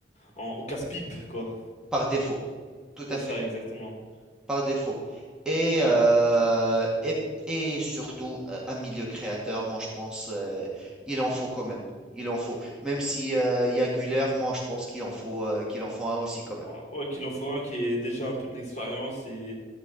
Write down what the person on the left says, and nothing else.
en, en casse-pipe, quoi.
C'est
ça, exactement.
Ouais, ouais, qu'il en faut un qui ait déjà un peu de l'expérience et